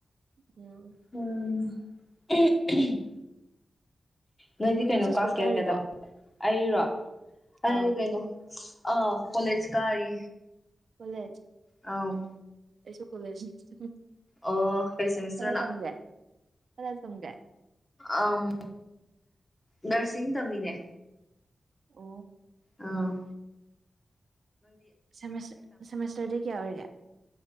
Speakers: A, on the right; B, on the left.
A: ꯎꯝ
B: ꯎꯝ <unintelligible> ꯅꯣꯏꯗꯤ ꯀꯩꯅꯣ
A: ꯅꯪꯁꯨ
B: ꯀꯂꯥꯁ
A: ꯁ꯭ꯀꯨꯜ
B: ꯀꯌꯥ
A: ꯀꯥꯔꯤꯕꯣ
B: ꯀꯌꯥ ꯇꯝ ꯑꯩꯔꯣ ꯑꯩ
A: ꯑꯥꯎ
B: ꯀꯩꯅꯣ ꯑꯥ ꯀꯣꯂꯦꯖ ꯀꯥꯔꯤ
A: ꯀꯣꯂꯦꯖ
B: ꯑꯥꯎ
A: ꯑꯩꯁꯨ ꯀꯣꯂꯦꯖꯁꯦ
B: ꯑꯣ ꯀꯩ ꯁꯦꯃꯤꯁꯇꯔꯅꯣ
A: ꯈꯔ ꯇꯝꯒꯦ ꯈꯔ ꯇꯝꯒꯦ
B: ꯑ ꯎꯝ ꯅꯔꯁꯤꯡ ꯇꯝꯃꯤꯅꯦ
A: ꯑꯣ
B: ꯑꯥꯎ
A: ꯁꯦꯃꯤꯁ ꯁꯦꯃꯦꯁꯇꯔꯗꯒꯤ ꯀꯌꯥ ꯑꯣꯏꯔꯤꯒꯦ